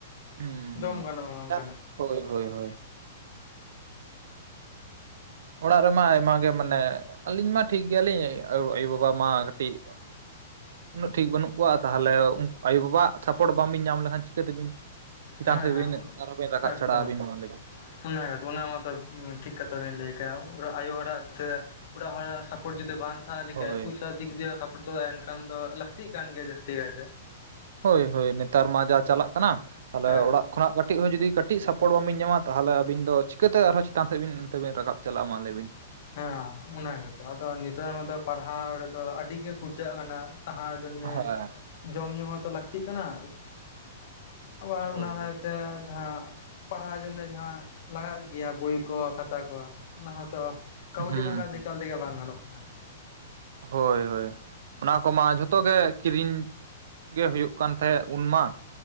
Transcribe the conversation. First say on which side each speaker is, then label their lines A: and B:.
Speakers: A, on the right; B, on the left.
A: ᱦᱩᱸ ᱦᱩᱸ
B: ᱡᱚᱢ ᱜᱟᱱᱚᱜᱼᱟ ᱚᱱᱠᱟᱱᱟᱜ
A: ᱡᱟᱦᱟᱸ ᱦᱳᱭ ᱦᱳᱭ ᱦᱳᱭ ᱚᱲᱟᱜ ᱨᱮᱢᱟ ᱟᱭᱢᱟ ᱜᱮ ᱢᱟᱱᱮ ᱟᱹᱞᱤᱧ ᱢᱟ ᱴᱷᱤᱠ ᱜᱮᱭᱟᱞᱤᱧ ᱟᱭᱩ ᱵᱟᱵᱟ ᱢᱟ ᱠᱟᱹᱴᱤᱡ ᱩᱱᱟᱹᱜ ᱴᱷᱤᱠ ᱵᱟᱹᱱᱩᱜ ᱠᱚᱣᱟ ᱛᱟᱦᱚᱞᱮ ᱩᱱᱠᱩ ᱟᱭᱳᱼ ᱵᱟᱵᱟᱣᱟᱜ ᱥᱟᱯᱴ ᱵᱟᱝ ᱵᱤᱱ ᱧᱟᱢ ᱞᱮᱠᱷᱟᱱ ᱪᱤᱠᱟᱹ ᱛᱮᱵᱤᱱ ᱪᱮᱛᱟᱱ
B: ᱦᱮᱸ
A: ᱥᱮᱫ
B: ᱦᱮᱸ
A: ᱵᱤᱱ ᱟᱨᱚ ᱵᱤᱱ ᱨᱟᱠᱟᱵ
B: ᱮᱠᱫᱚᱢ
A: ᱪᱷᱟᱲᱟᱜᱼᱟ ᱟᱹᱵᱤᱱ ᱢᱟ ᱞᱮᱭ ᱵᱤᱱ᱾
B: ᱚᱱᱟ ᱜᱮᱛᱚ ᱚᱱᱟ ᱢᱟ ᱛᱚ ᱴᱷᱤᱠ ᱠᱟᱛᱷᱟ ᱵᱮᱱ ᱞᱟᱹᱭ ᱠᱟᱜ-ᱟ, ᱟᱭᱳ ᱦᱚᱲ ᱟᱜ ᱛᱮ ᱚᱲᱟᱜ ᱦᱚᱲᱟᱜ ᱥᱟᱯᱳᱴ ᱡᱩᱫᱤ ᱵᱟᱝ ᱠᱟᱛᱷᱟ ᱞᱮᱠᱟᱭᱟ
A: ᱦᱳᱭ
B: ᱯᱚᱭᱥᱟ ᱫᱤᱠ ᱫᱤᱭᱮ ᱦᱚᱸ ᱥᱟᱯᱚᱴ ᱫᱚ ᱮᱱᱠᱷᱟᱱ ᱫᱚ ᱞᱟᱹᱠᱛᱤᱜ ᱠᱟᱱ ᱜᱮᱭᱟ ᱡᱟᱹᱥᱛᱤ ᱠᱟᱭᱛᱮ᱾
A: ᱦᱳᱭ ᱦᱳᱭ ᱱᱮᱛᱟᱨ ᱢᱟ ᱡᱟ ᱪᱟᱞᱟᱜ ᱠᱟᱱᱟ ᱛᱟᱦᱚᱞᱮ
B: ᱦᱮᱸ
A: ᱚᱲᱟᱜ ᱠᱷᱚᱱᱟᱜ ᱠᱟᱹᱴ ᱠᱟᱹᱴᱤᱡ ᱦᱚᱸ ᱡᱩᱫᱤ ᱠᱟᱹᱴᱤᱡ ᱥᱟᱯᱳᱴ ᱵᱟᱵᱤᱱ ᱧᱟᱢᱟ ᱛᱟᱦᱚᱞᱮ ᱟᱵᱤᱱ ᱫᱚ ᱪᱤᱠᱟᱹᱛᱮ ᱟᱨᱦᱚᱸ ᱪᱮᱛᱟᱱ ᱥᱮᱫ ᱵᱤᱱ ᱚᱱᱛᱮ ᱵᱤᱱ ᱨᱟᱠᱟᱵ ᱪᱟᱞᱟᱜ-ᱟ ᱢᱟ ᱞᱟᱹᱭ ᱵᱤᱱ?
B: ᱦᱮᱸ ᱚᱱᱟᱱᱟᱜᱛᱚ ᱟᱫᱚ ᱱᱮᱛᱟᱨ ᱢᱟ ᱫᱚ ᱯᱟᱲᱦᱟᱣ ᱨᱮᱫᱚ ᱟᱹᱰᱤ ᱜᱮ ᱠᱷᱚᱨᱪᱟᱜ ᱠᱟᱱᱟ ᱞᱟᱦᱟ᱾
A: ᱦᱮᱸ
B: <inaudible> ᱡᱚᱢ ᱦᱚᱸ ᱛᱚ ᱞᱟᱹᱠᱛᱤᱜ ᱠᱟᱱᱟ᱾ ᱟᱵᱟᱨ
A: ᱦᱳᱭ
B: ᱚᱱᱟ ᱠᱟᱭᱛᱮ ᱡᱟᱦᱟᱸ ᱯᱟᱲᱦᱟᱣ ᱡᱚᱱᱱᱮ ᱡᱟᱦᱟᱸ ᱞᱟᱜᱟᱜ ᱜᱮᱭᱟ ᱵᱳᱭ ᱠᱚ, ᱠᱷᱟᱛᱟ ᱠᱚ, ᱚᱱᱟ ᱦᱚᱸ ᱛᱚ ᱠᱟᱹᱣᱰᱤ
A: ᱦᱩᱸ
B: ᱵᱟᱠᱷᱟᱡ <unintelligible> ᱮᱠᱟᱞ ᱛᱮᱜᱮ ᱵᱟᱝ ᱜᱟᱱᱚᱜ ᱠᱟᱱᱟ᱾
A: ᱦᱳᱭ ᱦᱳᱭ, ᱚᱱᱟ ᱠᱚᱢᱟ ᱡᱷᱚᱛᱚ ᱜᱮ ᱠᱤᱨᱤᱧ ᱜᱮ ᱦᱩᱭᱩᱜ ᱠᱟᱱ ᱛᱟᱦᱮᱸᱫ ᱩᱱ ᱢᱟ᱾